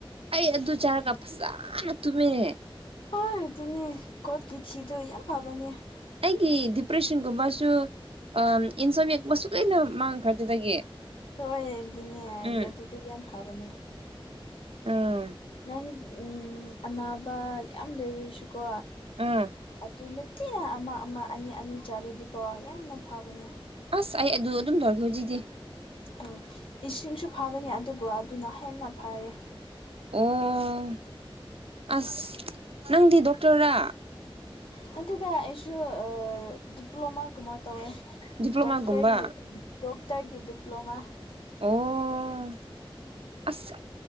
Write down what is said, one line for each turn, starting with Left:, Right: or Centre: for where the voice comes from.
Right: ꯑꯩ ꯑꯗꯨ ꯆꯥꯔꯒ ꯐꯖꯅ ꯇꯨꯝꯃꯤꯦ
Left: ꯍꯣꯏ ꯑꯗꯨꯅꯦ ꯀꯣꯠꯀꯤ ꯊꯤꯗꯣ ꯌꯥꯝ ꯐꯕꯅꯦ
Right: ꯑꯩꯒꯤ ꯗꯤꯄ꯭ꯔꯦꯁꯟꯒꯨꯝꯕꯁꯨ ꯑ ꯏꯟꯁꯣꯃꯤꯌꯥ ꯀꯨꯝꯕꯁꯨ ꯂꯣꯏꯅ ꯃꯥꯡꯈ꯭ꯔ ꯑꯗꯨꯗꯒꯤ
Left: ꯍꯣꯏ ꯑꯗꯨꯅꯦ
Right: ꯎꯝ
Left: ꯑꯗꯨꯗꯤ ꯌꯥꯝ ꯐꯕꯅꯦ
Right: ꯎꯝ
Left: ꯅꯪ ꯑꯅꯥꯕ ꯌꯥꯝ ꯂꯩꯔꯁꯨꯀꯣ
Right: ꯎꯝ
Left: ꯑꯗꯨꯅ ꯊꯤꯅ ꯑꯃ ꯑꯃ ꯑꯅꯤ ꯑꯅꯤ ꯆꯥꯔꯗꯤꯀꯣ ꯌꯥꯝꯅ ꯐꯕꯅꯦ
Right: ꯑꯁ ꯑꯩ ꯑꯗꯨ ꯑꯗꯨꯝ ꯇꯧꯔꯒꯦ ꯍꯧꯖꯤꯛꯗꯤ
Left: ꯍꯣꯏ ꯏꯁꯤꯡꯁꯨ ꯐꯕꯅꯦ ꯑꯗꯨꯕꯨ ꯑꯗꯨꯅ ꯍꯦꯟꯅ ꯐꯌꯦ
Right: ꯑꯣ ꯑꯁ ꯅꯪꯗꯤ ꯗꯣꯛꯇꯔꯥ
Left: ꯅꯠꯇꯗ ꯑꯩꯁꯨ ꯗꯤꯄ꯭ꯂꯣꯃꯥꯒꯨꯝꯕ ꯇꯧꯋꯦ
Right: ꯗꯤꯄ꯭ꯂꯣꯃꯥꯒꯨꯝꯕ
Left: ꯗꯣꯛꯔ ꯗꯣꯛꯣꯛꯇꯔꯒꯤ ꯗꯤꯄ꯭ꯂꯣꯃꯥ
Right: ꯑꯣ ꯑꯁ